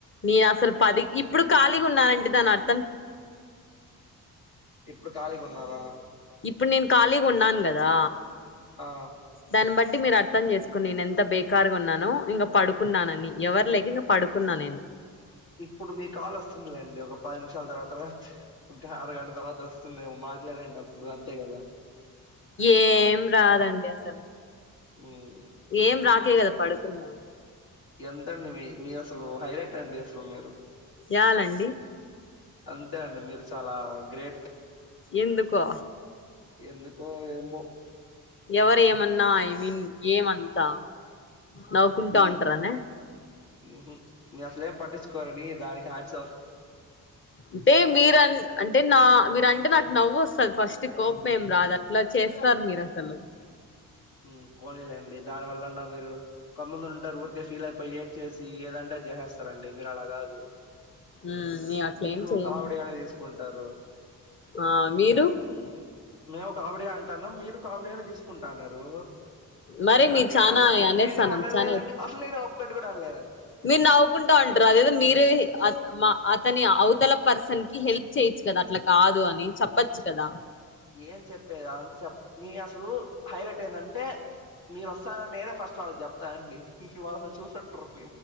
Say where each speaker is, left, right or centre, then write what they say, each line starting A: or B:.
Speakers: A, on the left; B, on the left.
A: నేను అసలు పది ఇప్పుడు ఖాళీగున్నానంటె దానీ ఆర్
B: ఇప్పుడు కాలీగున్నారా
A: ఇప్పుడు నేను కాలిగా ఉన్నాను గదా
B: ఆ
A: దాన్ని బట్టి మీరు అర్థం చేసుకుని నేనెంత బేకార్గున్నానో ఇంగా పడుకున్నానని ఎవరు లేక ఇంక పడుకున్నా నేను
B: ఇప్పుడు మీ కాల్ వస్తుందిలేండి ఒక పది నిమిషాల తర్వాత రాత్ ఒక్క అరగంట తర్వాత వస్తుందేమో మాట్లాడండప్పుడు అంతే గదా
A: ఏం రాదండి అసల
B: మ్మ్
A: ఏం రాకే కదా పడుకున్నా
B: ఎంతండి మీ మీరసలు హైలైట్ అండి అసలు మీరు
A: యాలండి
B: అంతే అండి మీరు చాలా గ్రేట్
A: ఎందుకో
B: ఎందుకో ఏమో
A: ఎవరేమన్నా న్నా ఐ మీన్ ఏమంతా నవ్వుకుంటా
B: మీ
A: ఉంటారనే
B: ఊహు మీరు అసలేం పట్టించుకోరని దానికి హార్ట్స్ ఆఫ్
A: అంటే మీరన్ అంటే నా మీరంటే నాకు నవ్వుస్తది ఫస్ట్ నాకు కోపం ఏం రాద అట్ల చేస్తారు మీరసలు
B: ఉమ్ పోనిలేండి దాని వల్లన్నా మీరు కొంతమంది ఉంటారు ఊరికే ఫీల్ అయిపోయి ఏడ్చేసి ఏదంటే ఆది జసేస్తారండి మీరలా కాదు
A: మ్మ్ నేను అట్లేం
B: మీరు
A: చెయ్యను
B: కామెడీగానే తీసుకుంటారు
A: ఆ మీరు
B: ఉమ్ మేము కామెడీగంటానామ్ మీరు కామెడీ గానే తీసుకుంటన్నారు
A: మరి
B: కానీ
A: మీరు
B: నేనే
A: చానా
B: వనట్లేదు
A: అనేస్తాను
B: నేనే మనలేదండి
A: చానా
B: అసలు నేనొక్కటి కూడా అనలేదండి
A: మీరు నవ్వుకుంటా అంటారు అదేదో మీరే మా అతని అవతల పర్సన్కి హెల్ప్ చేయొచ్చు కదా అట్లా కాదు అనీ చెప్పచ్చు కదా
B: ఏం చెప్పేది అదంతా చెప్పన నే అసలు హైలైట్ ఏందంటే మీరోస్తారని నేనే ఫస్ట్ వాళ్ళకి చెప్తా అండి వాళ్ళు చూసుండరు